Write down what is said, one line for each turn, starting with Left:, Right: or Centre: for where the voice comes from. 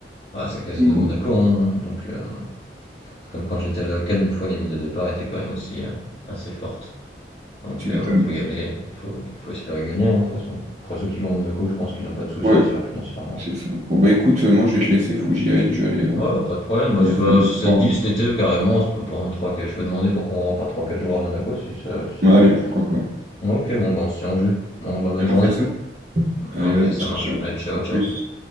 Left: Ah, c'est Casino
Right: Bon,
Left: de Monaco, hein, donc euh, ouais. C'est comme quand j'étais à la Cannes, une fois, les mises de départ étaient quand même aussi euh, assez fortes. Donc
Right: Tu
Left: euh,
Right: m'étonnes.
Left: ouais, faut y aller, il faut, il faut espérer gagner hein, de toute façon. Après ceux qui vont à Monaco, je pense qu'ils n'ont pas de soucis
Right: Ouais,
Left: à se faire financièrement.
Right: c'est ça. Bon bah écoute, euh, moi je vais te laisser, faut que j'y aille, je vais aller euh,
Left: Ouais, pas de problème, bah, ça-
Right: à la salle de
Left: si
Right: sport.
Left: ça te dit
Right: là.
Left: cet été, carrément, on peut prendre 3, je peux demander pour qu'on repart trois quatre jours à Monaco si ça, si ça
Right: Bah,
Left: te
Right: allez,
Left: dit.
Right: pourquoi pas.
Left: Ouais, Ok, bon, bah, on se tient au jus. Bon, bah, bonne
Right: Allez,
Left: journée.
Right: on fait ça? Allez,
Left: Ok,
Right: vas-y,
Left: ça
Right: ciao,
Left: marche.
Right: ciao.
Left: Allez, ciao,
Right: À plus.
Left: ciao.